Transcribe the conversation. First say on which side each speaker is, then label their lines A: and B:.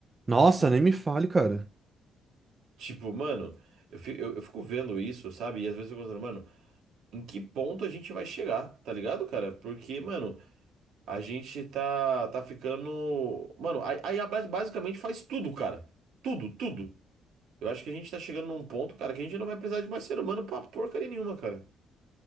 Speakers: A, on the right (about 30°); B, on the right (about 80°).
A: Nossa,
B: Cê-
A: nem me fale, cara.
B: tipo, mano, eu fico, eu, eu fico vendo isso, sabe? E às vezes eu fico pensando, mano, em que ponto a gente vai chegar, tá ligado, cara? Porque, mano. A gente tá, tá ficando. Mano, a, a IA bas- basicamente faz tudo, cara. Tudo, tudo. Eu acho que a gente tá chegando num ponto, cara, que a gente não vai precisar de mais ser humano pra porcaria nenhuma, cara.